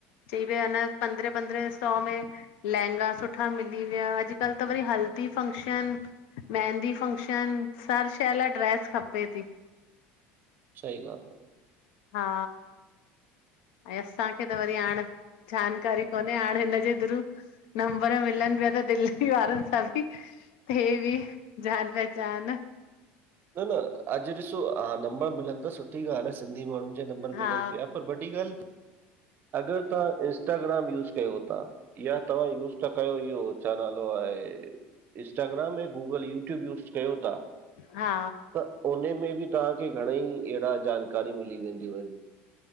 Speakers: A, on the left (about 75°); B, on the right (about 35°).
A: चई विया न पंद्रहें पंद्रहें सौ में लहंगा सुठा मिली विया, अॼकल् त वरी हल्दी फंक्शन मेंहदी फ़ंक्शन, हर शइ लाइ ड्रैस खपे ती।
B: सही ॻाल्हि आ।
A: हा आऐं असांखे त वरी हाणे जानकारी कोन्हे हाणे हिनजे थ्रू। नंबर मिलन पिया त दिल्ली वारन सां बि। हे बि जान पहचान।
B: न न अॼु ॾिसो हा नंबर मिलन्दस थ सुठ। सुठी ॻाल्ह आ सिंधी माण्हुन जा नंबर
A: हा
B: मिलन प्या पर वॾी ॻाल्ह। अगर तां इंस्टाग्राम यूज़ कयो था। इहा तव्हां यूज़ त कयो इहो छा नालो आहे? इस्टाग्राम ऐं गूगल यूट्यूब यूज़। कयो था,
A: हा।
B: त उन में बि तांखे घणेई एहड़ा जानकारी मिली वेंदियूं आहिन।